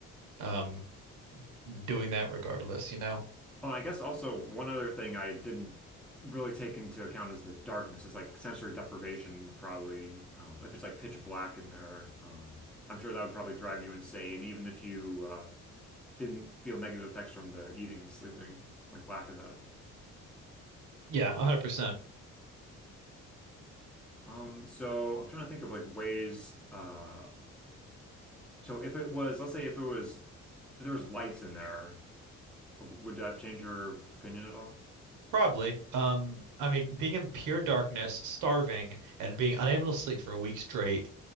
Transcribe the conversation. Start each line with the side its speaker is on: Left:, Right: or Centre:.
Right: um doing that regardless, you know?
Centre: Well, I guess also one other thing I didn't really take into account is the darkness. It's like sensory deprivation, probably. Um, if it's like pitch black in there, um, I'm sure that would probably drive you insane, even if you uh, didn't feel negative effects from the eating and sleeping, like lack of that.
Right: Yeah, 100%.
Centre: Um, so I'm trying to think of like ways. Uh, so if it was, let's say if it was, if there was lights in there, would that change your opinion at all?
Right: Probably. Um, I mean, being in pure darkness, starving, and being unable to sleep for a week straight